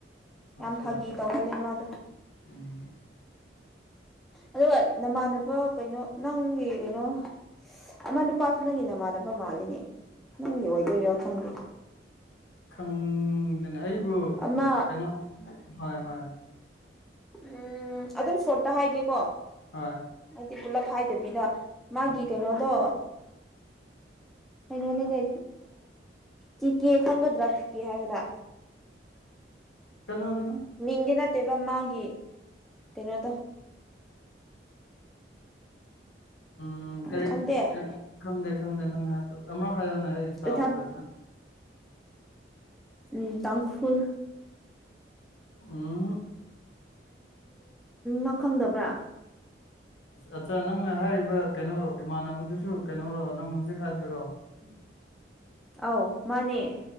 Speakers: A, in the centre; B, on the left.
A: ꯌꯥꯝ
B: ꯑꯆꯥ
A: ꯐꯥꯒꯤ ꯇꯧꯒꯜꯂꯦ ꯃꯥꯗꯣ
B: ꯎꯝ
A: ꯑꯗꯨꯒ ꯅꯃꯥꯟꯅꯕ ꯀꯩꯅꯣ ꯅꯪꯒꯤ ꯀꯩꯅꯣ ꯑꯃ ꯅꯨꯄꯥ ꯅꯪꯒꯤ ꯅꯃꯥꯟꯅꯕ ꯃꯥꯜꯂꯤꯅꯦ ꯅꯪꯒꯤ ꯑꯣꯏꯗꯣꯏꯔꯣ ꯈꯪꯒꯤꯦ
B: ꯈꯪꯗꯅꯦ ꯑꯩꯕꯨ
A: ꯑꯃ
B: ꯀꯩꯅꯣ ꯍꯣꯏ ꯍꯣꯏ
A: ꯎꯝ ꯑꯗꯨꯝ ꯁꯣꯔꯠꯇ ꯍꯥꯏꯒꯦꯀꯣ
B: ꯍꯣꯏ
A: ꯍꯥꯏꯗꯤ ꯄꯨꯂꯞ ꯍꯥꯏꯗꯕꯤꯗ ꯃꯥꯒꯤ
B: ꯎꯝ
A: ꯀꯩꯅꯣꯗꯣ ꯀꯩꯅꯣꯅꯤꯅꯦ ꯆꯤꯀꯦ ꯈꯪꯒꯗ꯭ꯔꯥ ꯇꯤꯀꯦ ꯍꯥꯏꯕꯗ
B: ꯀꯅꯥꯅꯦ
A: ꯃꯤꯡꯗꯤ ꯅꯠꯇꯦꯕ ꯃꯥꯒꯤ ꯀꯩꯅꯣꯗꯣ
B: ꯎꯝ ꯀꯔꯤ
A: ꯈꯪꯗꯦ
B: ꯈꯪꯗꯦ ꯈꯪꯗꯦꯪ ꯑꯃ ꯈꯥꯏꯣꯅꯦ ꯑꯩ
A: ꯄ꯭ꯔꯤꯊꯥꯞ
B: ꯇꯥꯎ꯭ꯔ
A: ꯎꯝ ꯗꯪ ꯐꯜ
B: ꯎꯝ
A: ꯈꯜ ꯈꯪꯗꯕ꯭ꯔꯥ
B: ꯑꯠꯆꯥ ꯅꯪꯅ ꯍꯥꯏꯔꯤꯕ ꯀꯩꯅꯣ ꯏꯃꯥꯟꯅꯕꯗꯨꯁꯨ ꯀꯩꯅꯔꯣ ꯅꯪꯅ ꯍꯧꯖꯤꯛ ꯍꯥꯏꯗꯔꯣ ꯎꯝ
A: ꯑꯥꯎ ꯃꯥꯅꯦ